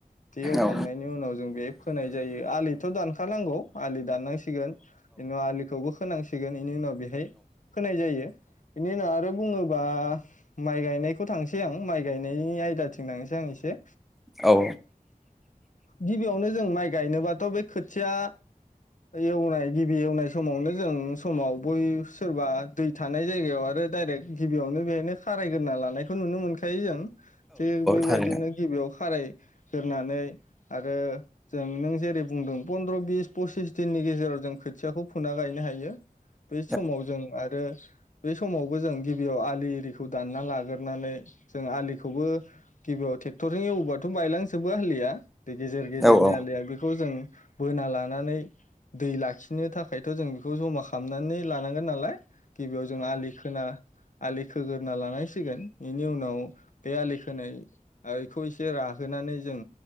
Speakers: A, on the left; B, in the centre.
A: बे एवखांनायनि
B: औ
A: उनाव जों बे फोनाय जायो आलिथ' दानखानांगौ आलि दाननांसिगोन बेनि आलिखौबो फोनांसिगोन बेनि उनाव बेहाय फोनाय जायो बेनि उनाव आरो बुङोबा माइ गायनाय खौ थांनोसै आं माइ गायनायनि आयदाथिं थांनोसै आं एसे
B: औ
A: गिबियावनो जों माइ गायनोबाथ' बे खोथिया एवनाय गिबि एवनाय समावनो जों समाव बै सोरबा दै थानाय जायगायाव आरो डायरेक्ट गिबियावनो बेहायनो खारायगोरोना लानायखौ नुनो मोनखायो जों थिग बेबायदिनो
B: थारैनो
A: गिबियाव खारायगोरनानै आरो जों नों जेरै बुंदों पन्द्र बिस पसिस दिननि गेजेराव जों खोथियाखौ फुना गायनो हायो। बै
B: औ
A: समाव जों आरो बे समावबो जों गिबियाव आलि इरिखौ दानना लाग्रोनानै जों आलिखौबो गिबियाव ट्रेक्टरजों एवोबाथ बायलांजोबो आलिया बे गेजेर गेजेरनि
B: औ औ
A: आलिया बे बेखौ जों बोना लानानै दै लाखिनो थाखायथ जों बेखौ जमा खालामनानै लानांगोन नालाय। गिबियाव जों आलि खोना आलि खोग्रोना लानांसिगोन बेनि उनाव बे आलि खोनायखौ एसे राहोनानै जों